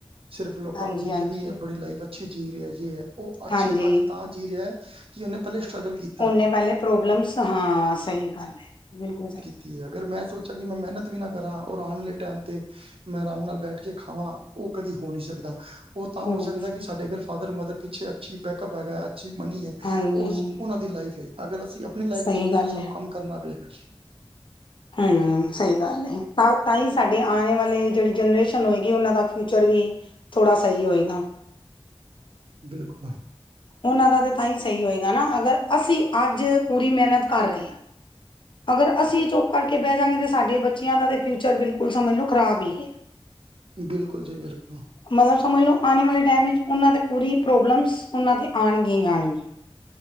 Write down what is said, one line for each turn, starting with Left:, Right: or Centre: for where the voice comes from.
Right: ਸਿਰਫ ਲੋਕਾਂ
Left: ਹਾਂਜੀ
Right: ਨੂੰ ਦਿਖਦੀ
Left: ਹਾਂਜੀ
Right: ਐ ਬੜੀ ਲਾਈਫ ਅੱਛੀ ਜੀ ਰਿਆ ਯੇ ਐ ਓ ਅੱਛੀ
Left: ਹਾਂਜੀ
Right: ਅੱਜ ਤਾਂ ਜੀ ਰੇਆ ਕਿ ਓਨੇ ਪੈਲੇ ਸਟ੍ਰਗਲ ਕੀ
Left: ਓਨੇ ਪੈਲੇ ਪ੍ਰੋਬਲਮਸ ਹਾਂ ਸਹੀ ਗੱਲ ਏ ਬਿਲਕੁਲ ਸਈ।
Right: ਤੇ ਅਗਰ ਮੈਂ ਸੋਚਾਂ ਕਿ ਮੈਂ ਮੈਨਤ ਵੀ ਨਾ ਕਰਾਂ ਔਰ ਆਣ ਵਾਲੇ ਟੈਮ ਤੇ ਮੈਂ ਰਾਮ ਨਾਲ ਬੈਠ ਕੇ ਖਾਵਾਂ ਓ ਕਦੀ ਹੋ ਨੀ ਸਕਦਾ। ਓ
Left: ਸਹੀ
Right: ਤਾਂ ਹੋ ਸਕਦਾ ਕਿ ਸਾਡੇ ਕਾਰ ਫਾਦਰ-ਮਦਰ ਪਿੱਛੇ ਅੱਛੀ ਬੈਕਅੱਪ ਹੈਗਾ। ਅਸੀਂ ਮਨੀ ਏ
Left: ਹਾਂਜੀ
Right: ਓ ਓਨਾਂ ਦੀ ਲਾਈਫ ਏ ਅਗਰ ਅਸੀਂ ਆਪਣੀ ਲਾਈਫ
Left: ਸਹੀ
Right: ਜੀਨੀ
Left: ਗੱਲ
Right: ਏ ਤਾਂ ਸਾਨੂੰ
Left: ਹੈ
Right: ਕੰਮ ਕਰਨਾ ਪਏਗਾ ਜੀ।
Left: ਹੂੰ ਸਈ ਗੱਲ ਏ ਤਾਂ ਤਾਂ ਈ ਸਾਡੇ ਆਣੇ ਵਾਲੇ ਜੇੜੀ ਜਨਰੇਸ਼ਨ ਹੋਏਗੀ ਬੀ ਓਨਾਂ ਦਾ ਫਿਊਚਰ ਵੀ ਥੋੜਾ ਸਈ ਹੋਏਗਾ।
Right: ਬਿਲਕੁਲ।
Left: ਓਨਾਂ ਦਾ ਤਾਂ ਤਾਂ ਹੀ ਸਹੀ ਹੋਏਗਾ ਨਾ ਅਗਰ ਅਸੀਂ ਅੱਜ ਪੂਰੀ ਮੇਹਨਤ ਕਰ ਰਹੇ ਹਾਂ। ਅਗਰ ਅਸੀਂ ਚੁੱਪ ਕਰਕੇ ਬੈ ਜਾਂਗੇ ਤਾਂ ਸਾਡੇ ਬੱਚਿਆਂ ਦਾ ਤਾਂ ਫਿਊਚਰ ਬਿਲਕੁਲ ਸਮਝ ਲੋ ਖ਼ਰਾਬ ਈ ਏ। <unintelligible> <inaudible>
Right: ਬਿਲਕੁਲ ਜੀ ਬਿਲਕੁਲ।
Left: ਮਤਲਬ ਸਮਝ ਲੋ ਆਣੇ ਵਾਲੇ ਟੈਮ ਚ ਓਨਾਂ ਦੀ ਪੂਰੀ ਪ੍ਰੋਬਲਮਸ ਉਹਨਾਂ ਤੇ ਆਣਗੀਆਂ ਈ ਆਣਗੀਆਂ।